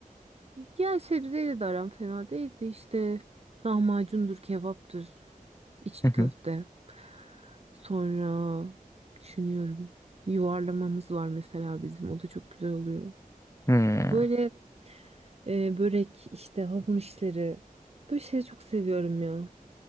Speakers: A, on the right; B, on the left.
A: Yani sebzeyle de aram fena değil de işte lahmacundur, kebaptır, içli
B: Hı
A: köfte.
B: hı.
A: Sonra düşünüyorum yuvarlamamız var mesela bizim o da çok güzel oluyor.
B: Hmm.
A: Böyle e, börek işte hamur işleri böyle şeyleri çok seviyorum ya.